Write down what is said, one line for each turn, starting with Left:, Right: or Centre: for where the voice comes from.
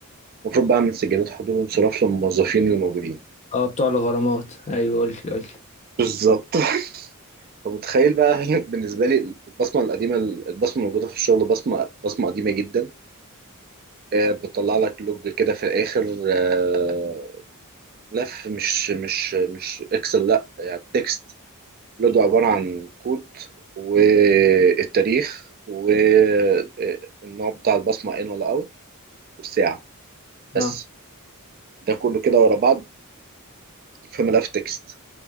Right: ومفروض بعمل سجلات حضور وانصراف للموظفين الموجودين
Left: اه بتوع الغرامات ايوه قول لي قول
Right: بالظبط <laughs> فمتخيل بقى <laughs> بالنسبة لي البصمة القديمة البصمة الموجودة في الشغل بصمة بصمة قديمة جدا آه، بتطلع لك لوج كده في الآخر آه، لف مش مش مش إكسل لأ يعني تكست لوج عبارة عن كود والتاريخ والنوع بتاع البصمة إن ولا أوت والساعة
Left: لي
Right: بس
Left: <laughs>
Right: ده كله كده ورا بعض في ملف تكست